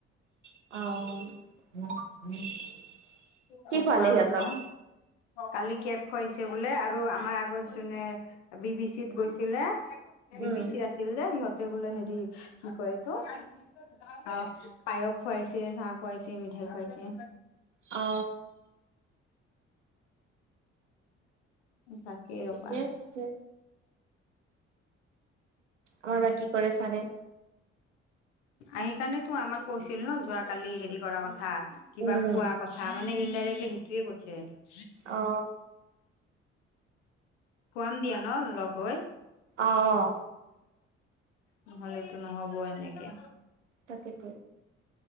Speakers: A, on the right; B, on the left.
A: অ কি
B: ত
A: খোৱালে
B: খোৱাম
A: সিহঁতক
B: ন কালি কেক খুৱাইছে বোলে আৰু আমাৰ আগত যোনে বি বি চিত গৈছিলে বি
A: উম
B: বি চিত আছি- আছিল যে সিহঁতে বোলে হেৰি কি কয় এইটো অ পায়স খুৱাইছে চাহ খুৱাইছে মিঠাই খুৱাইছে
A: অ
B: তাকেই
A: ঠিকে
B: ৰবা
A: আছে আমাৰ বা কি কৰে চাৰে
B: আহি কাৰনেতো আমাক কৈছিল ন যোৱ কালি হেৰি কৰাৰ কথা কিবা
A: উম
B: খোৱা কথা মানে ইনডাইৰেক্টলি সেইটোয়ে কৈছে
A: অ
B: খুৱাম দিয়া ন লগ হৈ
A: অ অ
B: নহলেতো নহ'ব এনেকে
A: তাকেটো